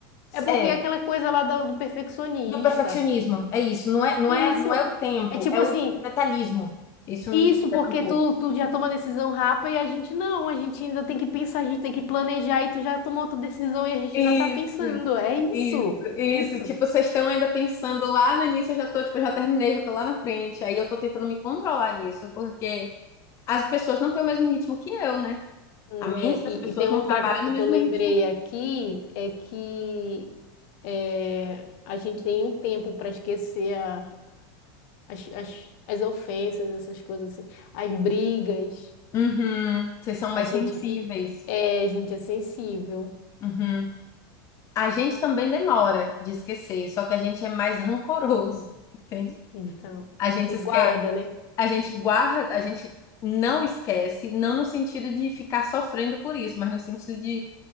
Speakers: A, on the left; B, on the left.
A: É porque
B: É,
A: é aquela coisa lá do, do perfeccionista.
B: do perfeccionismo. É isso. Não é, não
A: E
B: é,
A: isso
B: não é o tempo,
A: é tipo
B: é
A: assim,
B: o detalhismo. Isso me
A: isso
B: estressa
A: porque
B: um pouco.
A: tu, tu já toma decisão rápida e a gente não, a gente ainda tem que pensar, a gente tem que planejar e tu já tomou outra decisão e a gente
B: Isso,
A: ainda tá pensando. É isso,
B: isso, isso.
A: é isso.
B: Tipo, vocês estão ainda pensando lá no início, eu já tô, tipo, eu já terminei, já tô lá na frente. Aí eu tô tentando me controlar nisso, porque as pessoas não têm o mesmo ritmo que eu, né?
A: Hum,
B: A mente
A: é, e,
B: das pessoas
A: e tem outra
B: não trabalha
A: coisa
B: no mesmo
A: que eu lembrei
B: ritmo.
A: aqui, é que É, a gente tem um tempo para esquecer a- as, as, as ofensas, essas coisas assim, as brigas.
B: Uhum, vocês são mais
A: A gente
B: sensíveis.
A: fica, é, a gente é sensível.
B: Uhum. A gente também demora de esquecer, só que a gente é mais rancoroso, entende?
A: Então,
B: A gente
A: tu
B: esquece,
A: guarda, né?
B: a gente guarda, a gente não esquece, não no sentido de ficar sofrendo por isso, mas no sentido de,